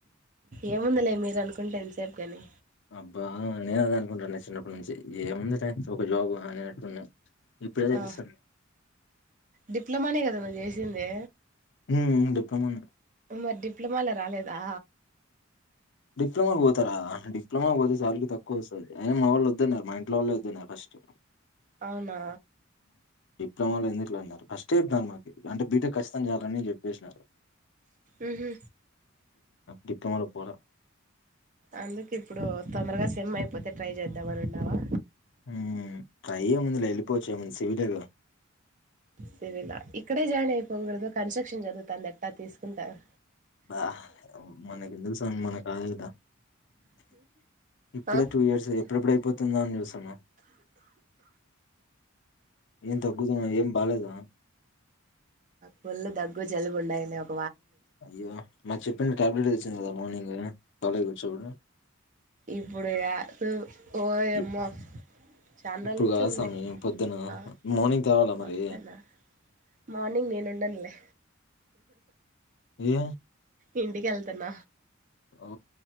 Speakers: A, on the right; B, on the left.
A: ఏముందలే మీరు అనుకుంటే ఎంతసేపు గాని
B: అబ్బా నేను అద అనుకుంటాను చిన్నప్పటి నుంచి ఏముంది రే ఒక జాబ్ అనేటప్పుడు ఇప్పుడే
A: ఆ
B: ఎపిస్తున్న
A: డిప్లొమానే కదా నువ్వు చేసింది
B: ఉమ్ డిప్లొమా
A: మరి మొబైల్ లోరాలేదా
B: డిప్లొమాకి పోతారా డిప్లొమాకి పోతే శాలరీ తక్కువ వస్తది అయినా మా వాళ్ళు వద్దున్నారు మా ఇంట్లో వాళ్ళు వద్దున్నారు ఫస్ట్
A: అవునా
B: నాన్న ఎందుకు లే అన్నారు ఫస్టే <unintelligible> అంటే బి టెక్ ఖచ్చితంగా కాదని చెప్పేసినారు
A: ఉహూ
B: డిప్లొమా పోలే
A: అందుకు ఇప్పుడు తొందరగా సిమ్ అయిపోతే ట్రై చేద్దాంమని ఉన్నావా
B: హ్మ్మ్ ట్రై ఏ ముందు లే వెళ్లిపోచ్చు లే నీది సివిలేగా
A: సివిలా ఇక్కడే జాయిన్ అయిపోకూడదు కన్స్ట్రక్షన్ జరుగుతుంది ఎట్లా తీసుకుంటారు
B: బా మనకి ఎందుకు సామి మనకుా లేదా ఇప్పుడే
A: ఆ
B: టూ ఇయర్స్ ఎప్పుడెప్పుడైపోతుందా అని చూస్తున్న ఏం దగ్గుతున్నావ్ ఏం బాలేదా
A: ఫుల్ దగ్గు జలుబు ఉన్నాయ్ అప్
B: అయ్యో మాక్ చెప్పిన టాబ్లెట్ తెచ్చింది కదా మార్నింగ్ కాలేజ్ కి వచ్చినప్పుడు
A: ఇప్పుడు ఇగ సు ఓయమ్మో
B: ఇప్
A: చండ్రోల
B: ఇప్పుడు
A: నుంచి
B: కాదు
A: ఉంది
B: స్వామి పొద్దున.
A: ఆ
B: మార్నింగ్ తేవాలా
A: మొత్తనా
B: మరి?
A: మార్నింగ్ నేను ఉండనులే
B: ఏ
A: ఇంటి కెళ్తున్న
B: ఓ